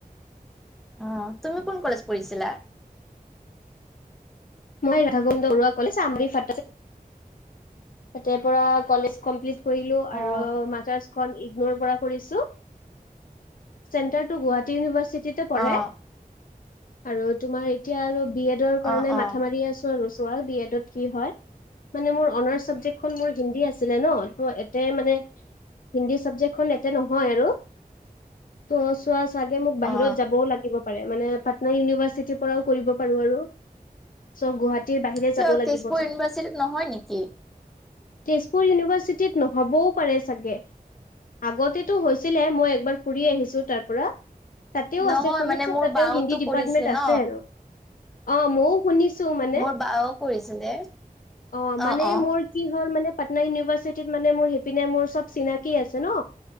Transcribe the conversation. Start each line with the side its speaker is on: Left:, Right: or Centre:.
Centre: অঁ তুমি কোন কলেজ পঢ়িছিলা।
Left: মই ৰাধাকুন্দৰুৱা কলেজ আমৰি ফ তা পৰা কলেজ কমপ্লিট, কৰিলো আৰু
Centre: অ
Left: মাজ মই ইকনৰ পৰা কৰিছো চেন্টাৰ তো গুৱাহাটীৰ ইউনিভাৰচিটিত, কৰে
Centre: অ
Left: আৰু তোমাৰ এতিয়া আৰু বি এড কাৰণে
Centre: অ অ
Left: মা মাৰি আছো আৰু চোৱা বি এডত কি হয়। মানে মোৰ অনাৰ্চ ছাবজেক্টখন মোৰ হিন্দী আছিলে ন ত', তে মানে হিন্দী চাবজেক্টখন এয়াতে নহয় আৰু ত' চোৱা চাগে মোক বাহিৰত
Centre: অ
Left: যাবও লাগিব পাৰে মানে পাটনা ইউনিভাৰ্চিটিৰ পৰাও কৰিব পাৰো আৰু চ'গুৱাহাটীৰ বাহিৰে
Centre: কিয়
Left: যাব লাগিব
Centre: তেজপুৰ
Left: চাগে।
Centre: ইউনিভাৰ্চিটিত নহয় নেকি
Left: তেজপুৰ ইউনিভাৰ্চিটিত নহ'বও পাৰে চাগে। আগতেটো হৈছিলে মই একবাৰ ফুৰি আহিছো তাৰ পৰা। তাতেও
Centre: নহয়
Left: আছে শুনিছো
Centre: মানে মোৰ
Left: তাতেও
Centre: বাওতো
Left: হিন্দী ডিপাৰ্টমেন্ট
Centre: কৰিছিলে
Left: আছে
Centre: ন
Left: আৰু অ মইও শুনিছো। <unintelligible> মানে,
Centre: মোৰ বাও কৰিছিলে।
Left: অৱ মানে
Centre: অ', অ',
Left: মোৰ। কি হ'ল মানে পাটনা ইউনিভাৰ্চিটিত মানে মোৰ সেইপিনে মোৰ চব চিনাকি আছে ন।